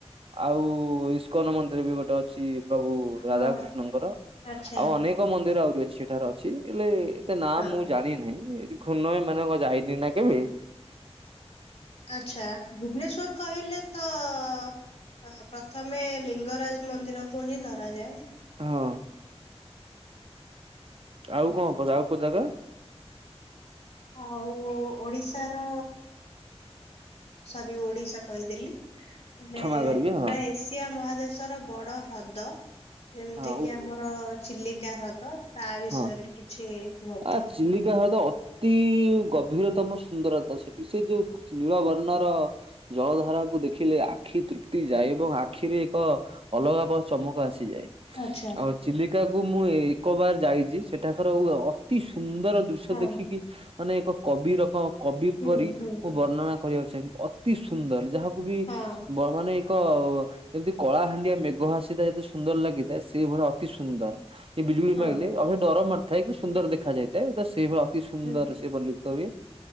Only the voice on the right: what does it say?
ଆଉ ଇସ୍କନ୍ ମନ୍ଦିର ବି ଗୋଟେ ଅଛି ପ୍ରଭୁ
ରାଧାକୃଷ୍ଣଙ୍କର।
ଆଉ ଅନେକ <unintelligible> ମନ୍ଦିର ଆହୁରି ଅଛି ସେଠାର ଅଛି, ହେଲେ ଏତେ ନାଁ
ମୁଁ ଜାଣି ନାହିଁ। ରି ଖୁନ ମାନେ ମୁଁ ଯାଇନି ନା କେବେ।
ହଁ ଆଉ କଣ ପଚା ଆଉ କୋଉ ଜାଗା?
କ୍ଷମା କରିବେ ହଁ।
ହଁ ଉ
ହଁ
ଆ ଚିଲିକା ହ୍ରଦ ତି ଗଭୀରତମ ସୁନ୍ଦରତା ସେଠି ସେ ଯୋଉ କଚ୍ ନୀଳବର୍ଣ୍ଣର ଜଳ ଧାରାକୁ ଦେଖିଲେ ଆଖି ତୃପ୍ତି ଯାଏ ଏବଂ ଆଖିରେ ଏକ ଅଲଗା ପର ଚମକ ଆସିଯାଏ।
ଓ ଚିଲିକାକୁୁ ମୁଁ ଏକ ବାର ଯାଇଚି, ସେଠାକାର ଓ ଅତି ସୁନ୍ଦର ଦୃଶ୍ୟ
ଦେଖି କି ମାନେ ଏକ କବିରକ କବି
ପରି
ମୁଁ ବର୍ଣ୍ଣନା କରିବାକୁ ଚାହିଁବି ଅ ଅତି ସୁନ୍ଦର ଯାହାକୁ ବି
ବର୍ ମାନେ ଏକ ଯେମିତି କଳାହାଣ୍ଡିଆ ମେଘ ଆସିଥାଏ ଯେତେ ସୁନ୍ଦର ଲାଗି ତେ ସେଇଭଳିଆ ଅତି ସୁନ୍ଦର। ଏ ବିଜୁଳି
ମାଇଲେ ଅହ ଡର ମାରଥାଏ, କିନ୍ତ ସୁନ୍ଦର ଦେଖାଯାଇଥାଏ, ତ ସେଇଭଳିଆ ଅତି ସୁନ୍ଦର
ସେ ବଲ୍ୟୁ ସବି